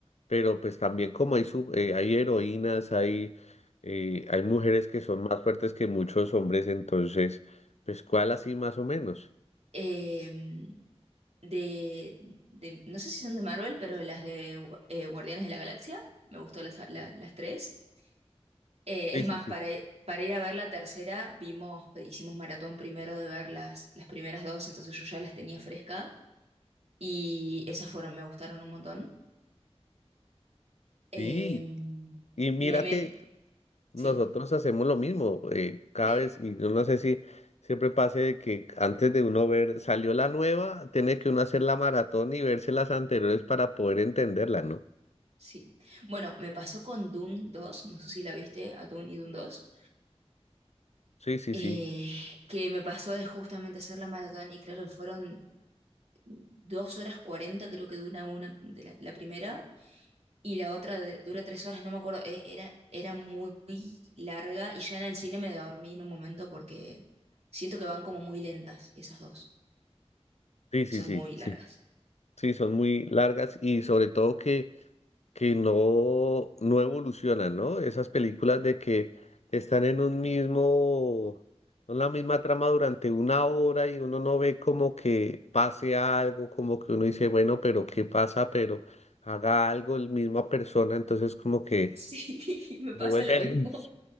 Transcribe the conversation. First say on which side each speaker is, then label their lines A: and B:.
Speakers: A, on the left; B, on the right.
A: pero pues también como hay, sub- eh, hay heroínas, hay, eh, hay mujeres que son más fuertes que muchos hombres, entonces, pues, ¿cuál así más o menos?
B: Em, de, de- no sé si son de Marvel, pero las de Gu- eh, Guardianes de la Galaxia, me gustó las, la- las tres. Eh,
A: Sí,
B: es
A: sí,
B: más,
A: sí.
B: para, para ir a ver la tercera, vimos, hicimos maratón primero de ver las, las primeras dos, entonces yo ya las tenía fresca y esas fueron, me gustaron un montón. Em,
A: Sí, y mira
B: me, me,
A: que nosotros
B: sí,
A: hacemos lo mismo, eh, cada
B: <laughs>
A: vez, y yo no sé si siempre pase de que antes de uno ver, salió la nueva, tiene que uno hacer la maratón y verse las anteriores para poder entenderla, ¿no?
B: sí. Bueno, me pasó con Dune dos no sé si la viste, a Dune y Dune dos
A: Sí, sí,
B: eh,
A: sí,
B: que me pasó de justamente hacer la maratón y claro, fueron dos horas cuarenta creo que dura una de la, la primera y la otra de- dura tres horas, no me acuerdo, e- era, era muy larga y ya en el cine me dormí en un momento porque siento que van como muy lentas esas dos,
A: sí, sí,
B: son
A: sí,
B: muy
A: sí,
B: largas. <laughs>
A: sí, son muy largas y sobre todo que... que no, no evolucionan, ¿no? Esas películas de que están en un mismo, en la misma trama durante una hora y uno no ve como que pase algo, como que uno dice, bueno, pero ¿qué pasa? Pero haga algo la misma persona, entonces como que
B: Sí, me pasa
A: se vuelve
B: lo mismo.